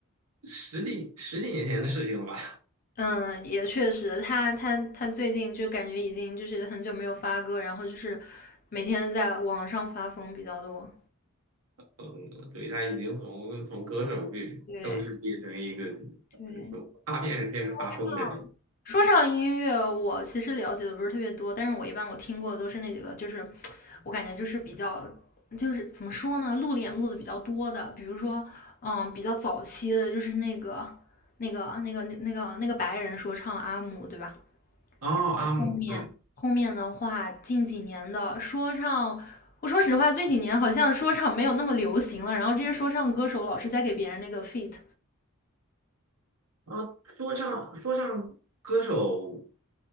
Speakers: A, on the right; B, on the left.
A: 十几十几年前的事情了吧？
B: 嗯，也确实，他他他最近就感觉已经就是很久没有发歌，然后就是每天在网上发疯比较多。
A: 嗯，对，他已经从从歌手变正式变成一个
B: 对对，
A: 呃什么发片人，
B: 说唱说唱音乐我其实了解的不是特别多，
A: 变成发疯人了。
B: 但是我一般我听过的都是那几个，就是我感觉就是比较就是怎么说呢，露脸露的比较多的，比如说嗯比较早期的就是那个那个那个那个那个白人说唱阿姆，对吧？
A: 哦，
B: 后面后面的话，
A: 阿姆，嗯，
B: 近几年的说唱，我说实话，这几年好像说唱没有那么流行了，然后这些说唱歌手老是在给别人那个 feat
A: 啊，说唱说唱歌手，